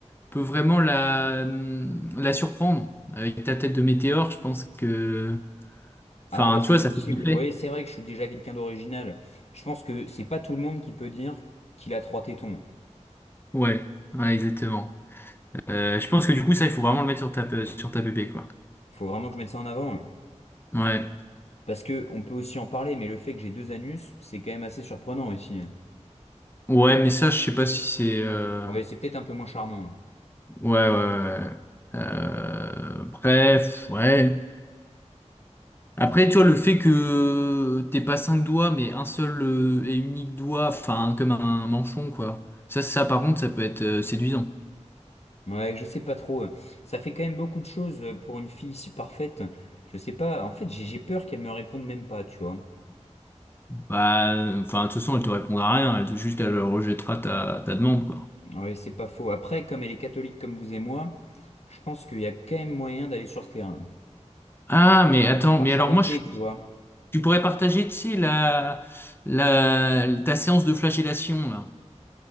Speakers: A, on the left; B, on the left.
A: peut vraiment la, la surprendre. Avec ta tête de météore, je pense que,
B: Ah
A: enfin,
B: bah c'est
A: tu vois,
B: possible.
A: ça fait kiffer.
B: Oui, c'est vrai que je suis déjà quelqu'un d'original. Je pense que c'est pas tout le monde qui peut dire qu'il a trois tétons.
A: Ouais, ouais, exactement. Euh, je pense que du coup, ça, il faut vraiment le mettre sur ta, sur ta pépé, quoi.
B: Faut vraiment que je mette ça en avant. hein.
A: Ouais.
B: Parce que on peut aussi en parler, mais le fait que j'ai deux anus, c'est quand même assez surprenant aussi. hein.
A: Ouais, mais ça, je sais pas si c'est. euh,
B: Ouais, c'est peut-être un peu moins charmant. hein.
A: Ouais, ouais, ouais. ouais. Euh, Bref, ouais. Après, tu vois, le fait que t'aies pas cinq doigts, mais un seul euh, et unique doigt, enfin, comme un manchon, quoi. Ça, ça, par contre, ça peut être euh, séduisant.
B: Ouais, je sais pas trop. hein. Ça fait quand même beaucoup de choses euh, pour une fille si parfaite. Je sais pas. En fait, j'ai j'ai peur qu'elle me réponde même pas, tu vois.
A: Bah, euh, enfin, de toute façon, elle te répondra à rien. Elle te, juste, elle rejettera ta, ta demande, quoi.
B: Ouais, c'est pas faux. Après, comme elle est catholique comme vous et moi, je pense qu'il y a quand même moyen d'aller sur ce terrain.
A: Ah, mais attends,
B: Par
A: mais
B: charité,
A: alors moi, je-
B: tu vois.
A: tu pourrais partager, tu sais, la, la, ta séance de flagellation, là.